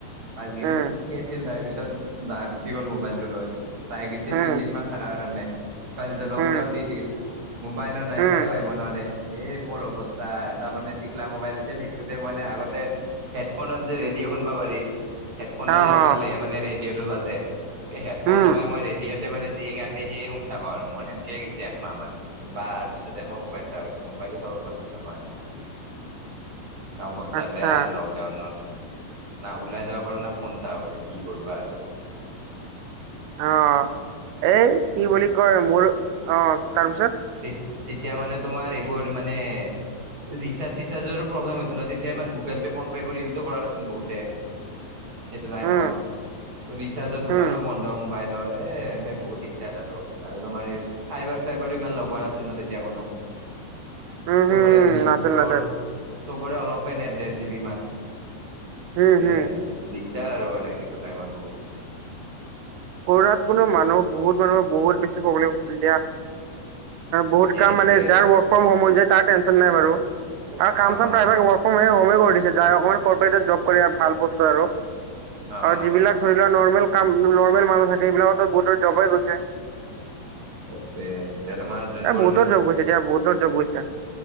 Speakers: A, on the right (about 35°); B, on the right (about 80°).
A: পাচকেদিন
B: উম,
A: ঠিকেই আছিল তাৰ পিছত বা গুচি গ'ল মোবাইলটো লৈ বাই গৈছিল
B: উম,
A: তিনদিন মান থকাৰ কাৰণে ইফালে লকডাউন
B: উম,
A: দি দিল মোবাইলনো নাই
B: উম
A: তাইয়ো আহিব নোৱাৰে এ মোৰ অৱস্থা এটা মানে টিকলা মোবাইল আছিল সেইটোতে মানে আগতে হেডফোনত যে ৰেডিঅ' শুনিব পাৰি হেডফোনডাল
B: হা, হা।
A: লগালে মানে ৰেডিঅ'টো বাজে এই হেডফোন
B: উম,
A: লগাই মই ৰেডিঅ'ত তেতিয়া মানে যিয়ে গান দিয়ে সিয়ে শুনি থাকো আৰু মোৰ সেনকে গৈছে একমাহ মান বা আহাৰ পিছতে মই মোবাইল পাই গৈছো মোবাইল চাব পৰা নাছিলো আৰু কি অৱস্থা
B: আচ্ছা
A: বেয়া আৰু লগ না ওলাই যাব পাৰো না ফোন চাব পাৰো কি কৰিবা আৰু
B: অ এ কি বুলি কয় মোৰ অ তাৰপিছত
A: তে তেতিয়া মানে তোমাৰ এইবোৰ মানে ৰিচাৰ্জ চিচাৰ্জৰো প্ৰব্লেম হৈছিল তেতিয়া ইমান গুগল পে' ফোন পে ইউজো কৰা নাছিল বহুতে সেইটো টাইমত
B: উম,
A: ৰিচাৰ্জৰ দোকানো
B: উম।
A: বন্ধ মোবাইলত এ এনে বহুত দিগদাৰ তাতো আৰু তোমাৰ এ ফাইবাৰ চাই বাৰ ইমান লগোৱা নাছিল ন তেতিয়া কোনো
B: উম,
A: চব
B: হুম,
A: লি
B: নাছিল
A: নৰ
B: নাছিল
A: চবৰে অলপে নেট দেৰ জিবি মান
B: হম,
A: মানে
B: হম।
A: দিক দিকদাৰ হল মানে সেইটো তাইমত বহুত
B: কৰুণাত কোনো মানুহ বহুত মানুহৰ বহুত বেছি প্ৰব্লেম হল দিয়া বহুত
A: সেইটোৱে
B: কাম মানে যাৰ ৱৰ্ক ফ্ৰম হোম হৈছে তাৰ টেনচন নাই বাৰু আৰু কাম
A: অ
B: চাম
A: অ
B: প্ৰাইভেট ৱৰ্ক ফ্ৰম হোম যাৰ অকমান কৰ পেতৰ জব কৰে ভাল বস্তু আৰু
A: অ অ
B: যিবিলাক ধৰি লোৱা নৰমেল নৰ্মেল কাম নৰ্মেল মানুহ থাকে সেইবিলাকতো বহুতে জব গৈছে
A: সেইটোৱে এতিয়া তোমাৰ যোনবোৰ
B: এ বহুতৰ জব গৈছে দিয়া বহুতৰ জব গৈছে।